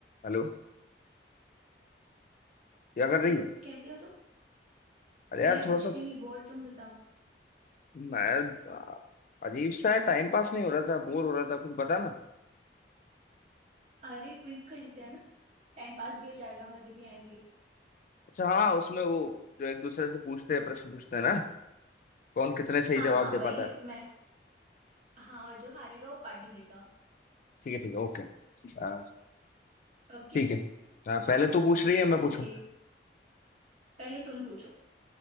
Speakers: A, on the left (about 45°); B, on the right (about 40°).
A: Hello क्या कर रही
B: Hello
A: है
B: कैसे हो तुम
A: अरे यार
B: मैं
A: थोड़ा
B: कुछ
A: सा
B: भी नहीं बोर तुम बताओ
A: मैं अजीब सा है, टाइम पास नहीं हो रहा था बोर हो रहा था कुछ बता ना
B: अरे क्विज खेलते हैं ना टाइम पास भी हो जाएगा मजे भी आएंगे
A: अच्छा हाँ उसमें वो जो एक दूसरे से पूछते हैं प्रश्न पूछते हैं ना कौन कितने सही
B: हाँ
A: जवाब
B: हाँ
A: दे
B: वही
A: पाता है
B: मैं हाँ और जो हारेगा वो पार्टी देगा
A: ठीक है ठीक है ओके आ,
B: ओके
A: ठीक है आ, पहले तू पूछ रही है मैं पूछूं
B: ओके पहले तुम पूछो